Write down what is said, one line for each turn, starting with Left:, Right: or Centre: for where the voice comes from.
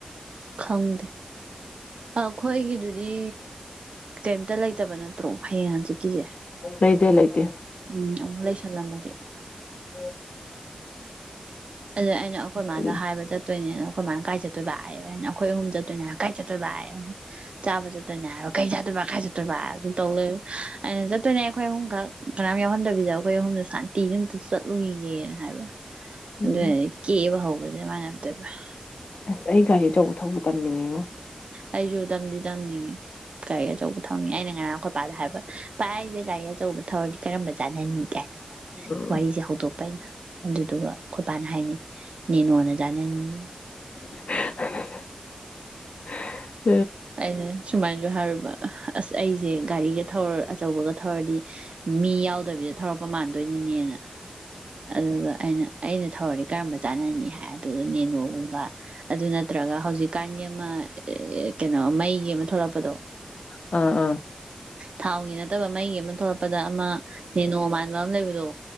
Right: ꯈꯪꯗꯦ ꯑꯩꯈꯣꯏꯒꯤꯗꯨꯗꯤ ꯀꯩꯝꯇ ꯂꯩꯇꯦ ꯐꯠꯇꯕ ꯅꯠꯇ꯭ꯔꯣ ꯍꯌꯦꯡ ꯍꯪꯆꯤꯠꯀꯤꯁꯦ
Left: ꯂꯩꯇꯦ ꯂꯩꯇꯦ
Right: ꯎꯝ ꯑꯃꯨꯛ ꯂꯩꯁꯜꯂꯝꯃꯗꯤ
Left: ꯎꯝ
Right: ꯑꯗꯨꯗ ꯑꯩꯅ ꯑꯩꯈꯣꯏ ꯃꯥꯗ
Left: ꯆꯤꯜꯂꯦ
Right: ꯍꯥꯏꯕ ꯆꯠꯇꯣꯏꯅꯦꯅ ꯑꯩꯈꯣꯏꯃꯥꯏꯅ ꯀꯥꯏ ꯆꯠꯇꯣꯏꯕ ꯍꯥꯏꯌꯦ ꯍꯥꯏ ꯑꯩꯈꯣꯏ ꯑꯍꯨꯝ ꯆꯠꯇꯣꯏꯅꯦ ꯍꯥꯏ ꯀꯥꯏ ꯆꯠꯇꯣꯏꯕ ꯍꯥꯏꯦ ꯑꯦ ꯆꯥꯕ ꯆꯠꯇꯣꯏꯅꯦ ꯍꯥꯏꯕ ꯀꯩ ꯆꯠꯇꯣꯏꯕ ꯈꯥꯏ ꯆꯠꯇꯣꯏꯕ ꯑꯗꯨ ꯇꯧ ꯂꯩ ꯑꯩꯅ ꯆ ꯑꯗꯨꯣꯏꯅꯦ ꯑꯩꯈꯣꯏ ꯑꯍꯨꯝꯈꯛ ꯀꯅꯥꯝ ꯌꯥꯎꯍꯟꯗꯕꯤꯗꯎ ꯑꯩꯈꯣꯏ ꯑꯍꯨꯝꯗ ꯁꯥꯟꯇꯤꯗ ꯑꯝꯇ ꯆꯠꯂꯨꯏꯒꯦꯅ ꯍꯥꯏꯕ ꯑꯗꯨꯅꯗꯤ
Left: ꯎꯝ
Right: ꯀꯦꯕ ꯍꯧꯋ ꯦ ꯃꯅꯦꯝꯇꯕ <inaudible>
Left: ꯑꯁ ꯑꯩ ꯒꯥꯔꯤ ꯑꯆꯧꯕ ꯊꯧꯕ ꯇꯝꯅꯤꯡꯉꯤꯉꯣ
Right: ꯑꯩꯁꯨ ꯇꯝꯗꯤ ꯇꯝꯅꯤꯡꯉꯦ ꯒꯥꯥꯏ ꯑꯆꯧꯕ ꯊꯧꯅꯤ ꯑꯩꯅ ꯉꯔꯥꯡꯈꯣꯠꯄꯥꯗ ꯍꯥꯏꯕ ꯄꯚꯥꯏ ꯑꯩꯁꯦ ꯒꯥꯔꯤ ꯑꯆꯧꯕ ꯊꯧꯔꯗꯤ ꯀꯔꯝꯕ ꯆꯥꯅꯍꯅꯤꯡꯉꯤ ꯀꯅ
Left: ꯎꯝ
Right: ꯋꯥꯔꯤꯁꯦ ꯍꯧꯗꯣꯛꯄ ꯑꯩꯅ ꯑꯗꯨꯗꯨꯒ ꯑꯩꯈꯣꯏ ꯄꯅ ꯍꯥꯏꯅꯤꯩ ꯅꯦꯅꯣꯅ ꯅꯅꯤ <inaudible>
Left: <unintelligible> <inaudible>
Right: <inaudible> ꯑ ꯁꯨꯃꯥꯏ ꯑ ꯑꯩꯁꯦ ꯒꯥꯔꯤ ꯑꯧꯕ ꯌꯥ ꯇꯗꯕꯤꯗ ꯊꯧꯔꯛꯄ ꯃꯥꯟꯗꯣꯏꯅꯤꯅꯦꯅ ꯑꯗꯨꯒ ꯑꯩꯅ ꯑꯩꯅ ꯊꯧꯔꯗꯤ ꯀꯔꯝꯕ ꯆꯥꯅꯅꯤ ꯍꯥꯏ ꯑꯗꯨꯒ ꯅꯦꯅꯨꯒꯨꯝꯕ ꯑꯗꯨ ꯅꯠꯇ꯭ꯔꯒ ꯍꯧꯖꯤꯛꯀꯥꯟꯒꯤ ꯑꯃ ꯀꯩꯅꯣ ꯃꯩꯒꯤ ꯑꯃ ꯊꯣꯛꯂꯛꯄꯗꯣ
Left: ꯑꯝ ꯎꯝ
Right: ꯊꯥꯎꯒꯤ ꯅꯠꯇꯕ ꯃꯩꯒꯤ ꯑꯃ ꯊꯣꯛꯂꯛꯄꯗ ꯑꯃ ꯅꯦꯅꯣ ꯃꯥꯟꯕ ꯑꯃ ꯂꯩꯕꯗꯣ